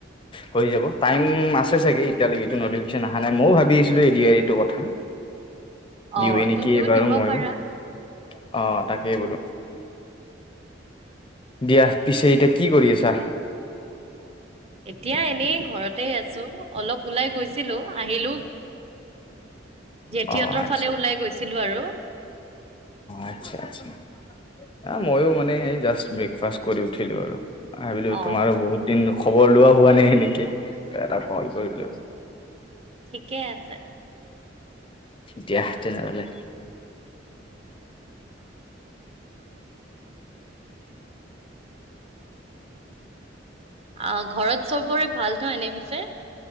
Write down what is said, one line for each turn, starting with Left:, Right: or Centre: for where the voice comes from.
Left: হৈ যাব, টাইম আছে চাগে এতিয়ালৈকেটো ন'টিফিকেচন অহা নাই। মইয়ো ভাবি আছিলো এ ডি আৰ ই টোৰ কথা
Right: অ',
Left: দিওঁৱে নেকি
Right: তুমিও
Left: এইবাৰো
Right: দিব
Left: মইয়ো।
Right: পাৰা।
Left: অ', তাকেই বোলো দিয়া, পিছে এতিয়া কি কৰি আছা?
Right: এতিয়া এনেই ঘৰতে আছো, অলপ ওলাই গৈছিলো, আহিলো। জেঠীহঁতৰ
Left: অ' আচ্ছা
Right: ফালে ওলাই গৈছিলো আৰু
Left: আচ্ছা আচ্ছা। অ', ময়ো মানে এই জাষ্ট ব্ৰেকফাষ্ট কৰি উঠিলো আৰু, ভাবিলো
Right: অ
Left: তোমাৰো বহুত দিন খবৰ লোৱা হোৱা নাই হেনেকে, ত' এটা কল কৰিলো
Right: ঠিকে আছে
Left: দিয়াহ তেনেহ'লে
Right: আ, ঘৰত চবৰে ভাল ত এনে পিছে?